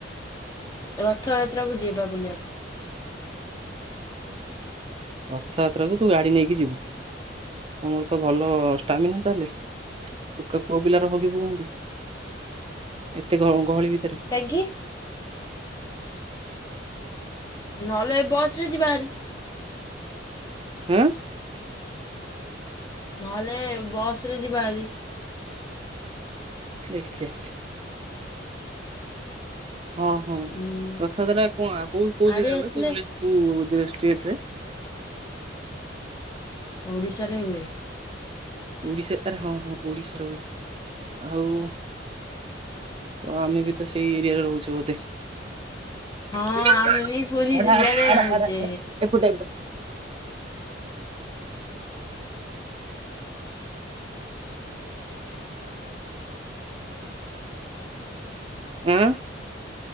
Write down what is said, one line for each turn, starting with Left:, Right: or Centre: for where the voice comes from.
Left: ରଥଯାତ୍ରା କୁ ଯିବା ବୁଲିବାକୁ।
Right: ରଥଯାତ୍ରା କୁ ତୁ ଗାଡ଼ି ନେଇକି ଯିବୁ ତମର ତ ଭଲ ଷ୍ଟାମିନା ତାହେଲେ। ଟୋକେ ପୁଅ ପିଲାର ହଗିବୁ କୁହନ୍ତି ଏତେ ଗହ-ଗହଳି ଭିତେରେ।
Left: କାହିଁକି? ନହେଲେ ଏ ବସ୍ ରେ ଯିବା ହାରି।
Right: ଉଁ?
Left: ନହେଲେ ବସ୍ ରେ ଯିବା ହାରି।
Right: ଦେଖିଆ। ହଁ ହଁ
Left: ଉଁ
Right: ରଥଯାତ୍ରା କଣ ଆଉ କୋଉ କୋଉ
Left: ଆଡେ
Right: ଜିଲ୍ଲାରେ
Left: ଆସିଲେ
Right: ହୁଏ କୋଉ <unintelligible> କୋଉ ଡିଷ୍ଟ୍ରିକ୍ଟ ରେ?
Left: ଓଡ଼ିଶାରେ ହୁଏ।
Right: ଓଡ଼ିଶାରେ ଆରେ ହଁ ହଁ ଓଡ଼ିଶାରେ ଆଉ ତ ଆମେ ବି ତ ସେଇ ଏରିଆରେ ରହୁଛୁ ବୋଧେ।
Left: ହଁ
Right: ଆଡ଼ା <unintelligible>
Left: ଆମେ ବି ପୁରୀ
Right: ଆଡ଼ା
Left: ଜିଲ୍ଲାରେ
Right: ଆଡ଼ା
Left: ରହୁଛେ।
Right: ଆଡ଼ା ଏପଟେ ଏପଟେ। ଆଁ?